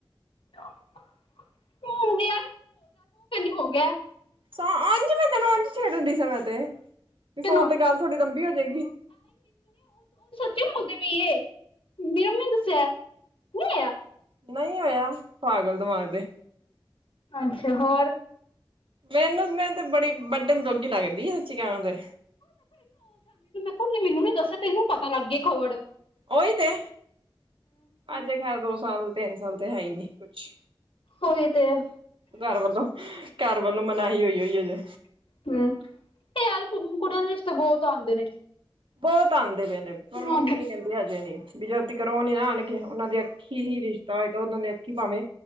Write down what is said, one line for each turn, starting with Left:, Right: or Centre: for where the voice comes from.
Left: <unintelligible> ਉਹ ਕਹਿੰਦੀ ਐ ਹੋਗਿਆ।
Right: ਸੋ ਅੰਜ ਮੈਂ ਤਾ ਉਜ ਛੇੜਦੀ ਸਾ ਮੈ ਤੇ
Left: ਕਿਨੂੰ
Right: ਨੀ ਫੋਨ ਤੇ ਗੱਲ ਥੋੜੀ ਲੰਬੀ ਹੋ ਜਾਏਗੀ।
Left: ਕਿਉਂ ਰੋਂਦੀ ਪਈ ਏ, ਮੇਰੀ ਮਂਮੀ ਨੇ ਦੱਸਿਆ ਨਹੀ, ਓਏ ਆ
Right: ਨਹੀ ਹੋਇਆ, ਪਾਗਲ ਦਿਮਾਗ ਦੇ
Left: ਅੱਛਾ ਹੋਰ?
Right: ਮੈਨੂੰ ਮੈਂ ਤੇ ਬੜੀ ਵਢਣ ਜੋਗੀ ਲੱਗਦੀ ਆ, ਸੱਚੀਂ ਕਹਾਂ ਤੇ
Left: ਉਹਨੇ ਮੈਨੂੰ ਨੀ ਦੱਸਿਆ, ਤੈਨੂੰ ਪਤਾ ਲੱਗ ਗਈ ਖਬਰ
Right: ਓਹੀ ਤੇ, ਅਜੇ ਖੈਰ ਦੋ ਸਾਲ ਤਿਨ ਸਾਲ ਤੇ ਹੈ ਹੀ ਨੀ ਕੁਛ
Left: ਉਹੀ ਤੇ ਹੈ।
Right: ਘਰ ਵੱਲੋਂ ਘਰ ਵਲੋ ਮਨਾਹੀ ਹੋਈ, ਹੋਈ ਅਜੇ
Left: ਹੂੰ, ਯਾਰ ਕੁੜੀਆਂ ਨੂੰ ਰਿਸ਼ਤੇ ਬਹੁਤ ਆਉਂਦੇ ਨੇ
Right: ਬਹੁਤ ਆਉਂਦੇ ਪਏ ਨੇ ਪਰ
Left: ਹਾਂ
Right: ਮੰਮੀ ਕਹਿੰਦੀ ਹਜੇ ਨਹੀ ਜਦ ਤਿਕਰ ਉਹ ਨੀ ਨਾ ਆਉਣਗੇ, ਉਹਨਾਂ ਦੀ ਅੱਖੀਂ ਹੀ ਰਿਸ਼ਤਾ ਹੋਏਗਾ। ਉਹਨਾਂ ਦੇ ਅੱਖੀਂ ਭਾਂਵੇ,